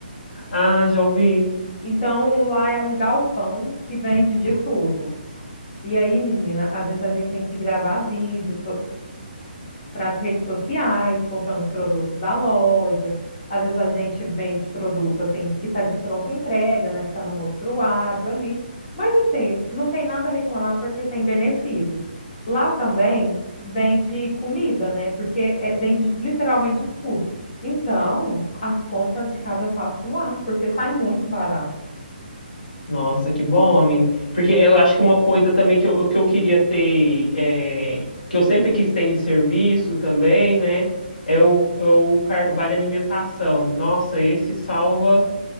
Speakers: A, on the left; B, on the left.
A: Ah, já ouvi.
B: Então, lá é um galpão que vende de tudo. E aí, menina, às vezes a gente tem que gravar vídeo para as redes sociais, postando os produtos da loja. Às vezes a gente vende produto assim que está de pronta entrega, né? Que está no mostruário ali. Mas assim, não tem nada a reclamar porque tem benefícios. Lá também vende comida, né? Porque é, vende literalmente de tudo. Então, as compras de casa eu faço lá, porque sai muito barato.
A: Nossa, que bom, amigo. Porque eu acho que uma coisa também que eu, que eu queria ter, é, que eu sempre quis ter em serviço também, né? É o, é o car- o vale alimentação. Nossa, esse salva